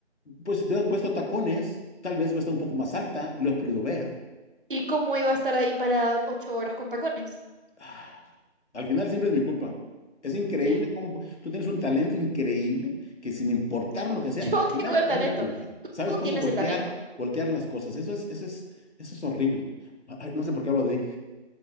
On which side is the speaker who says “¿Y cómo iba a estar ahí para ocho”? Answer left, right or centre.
Right